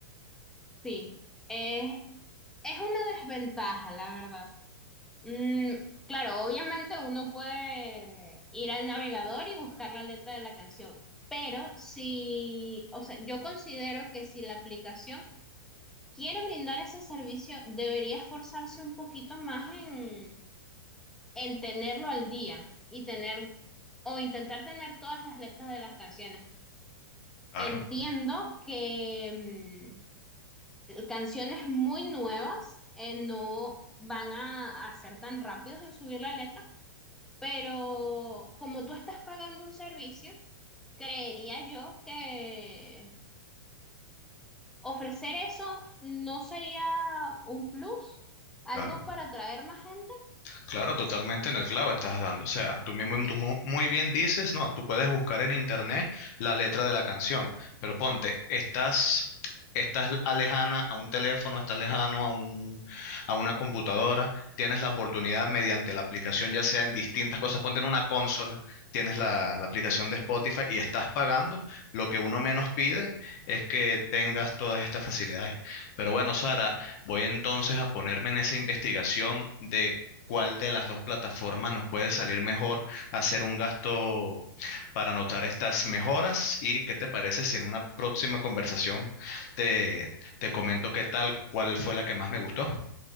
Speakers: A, in the centre; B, on the left (about 45°).
A: sí, es, es una desventaja, la verdad. Mm, claro, obviamente uno puede ir al navegador y buscar la letra de la canción, pero si, o sea, yo considero que si la aplicación quiere brindar ese servicio, debería esforzarse un poquito más en, en tenerlo al día y tener o intentar tener todas las letras de las canciones.
B: Claro,
A: Entiendo que mm, canciones muy nuevas eh, no van a, a ser tan rápidos en subir la letra Pero como tú estás pagando un servicio, creería yo que ofrecer eso no sería un plus, algo
B: claro.
A: para atraer más gente.
B: Claro, totalmente en el clavo estás dando. O sea, tú mismo tú mu- muy bien dices, no, tú puedes buscar en internet la letra de la canción, pero ponte, estás, estás alejana a un teléfono, estás lejano a un, a una computadora, tienes la oportunidad mediante la aplicación, ya sea en distintas cosas, ponte en una consola, tienes la, la aplicación de Spotify y estás pagando. Lo que uno menos pide es que tengas todas estas facilidades. Pero bueno, Sara. Voy entonces a ponerme en esa investigación de cuál de las dos plataformas nos puede salir mejor hacer un gasto para anotar estas mejoras y qué te parece si en una próxima conversación te, te comento qué tal, cuál fue la que más me gustó.